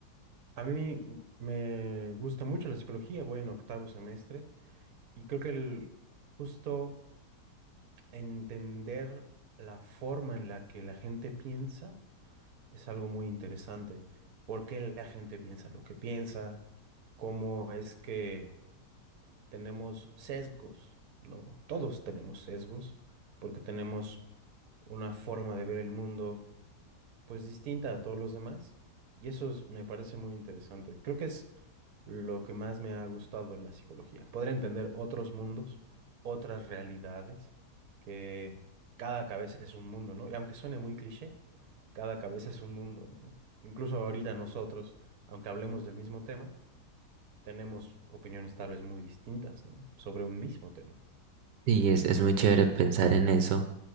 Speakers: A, on the right (about 60°); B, on the right (about 85°).
A: A mí me gusta mucho la psicología, voy en octavo semestre y creo que el justo entender la forma en la que la gente piensa es algo muy interesante. ¿Por qué la gente piensa lo que piensa? ¿Cómo es que tenemos sesgos, ¿no? Todos tenemos sesgos porque tenemos una forma de ver el mundo pues distinta a todos los demás. Y eso es- me parece muy interesante. Creo que es lo que más me ha gustado de la psicología. Poder entender otros mundos, otras realidades, que cada cabeza es un mundo, ¿no? Y aunque suene muy cliché, cada cabeza es un mundo, ¿no? Incluso ahorita nosotros, aunque hablemos del mismo tema, tenemos opiniones tal vez muy distintas, ¿no? Sobre un mismo tema.
B: Sí, es, es muy chévere pensar en eso